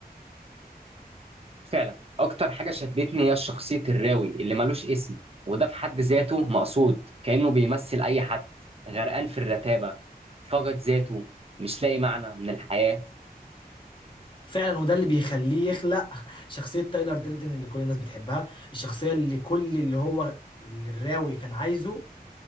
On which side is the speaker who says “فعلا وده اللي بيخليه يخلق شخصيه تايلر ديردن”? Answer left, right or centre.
Left